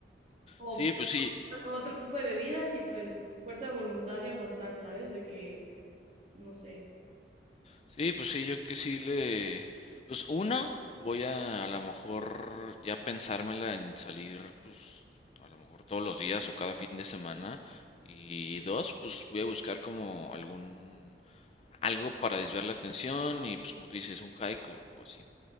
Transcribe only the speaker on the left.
Sí, pues sí.
Sí, pues sí, yo que sí le... Pues uno, voy a a lo mejor ya pensármela en salir, pues a lo mejor todos los días o cada fin de semana. Y dos, pues voy a buscar como algún... algo para desviar la atención y pues como tú dices, un hike o, o así.